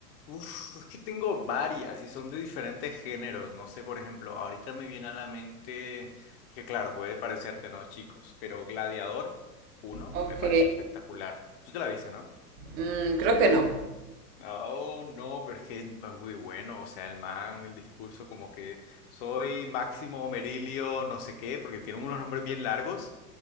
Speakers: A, on the left; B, on the right.
A: Uf, es que tengo varias y son de diferentes géneros. No sé, por ejemplo, ahorita me viene a la mente que, claro, puede parecerte, ¿no, chicos? Pero Gladiador uno
B: Ok.
A: me pareció espectacular. Tú te la viste, ¿no?
B: Mm, creo que no.
A: Ah, Oh, no, pero es que es muy bueno, o sea, el man, el discurso como que soy Máximo Merilio, no sé qué, porque tiene unos nombres bien largos,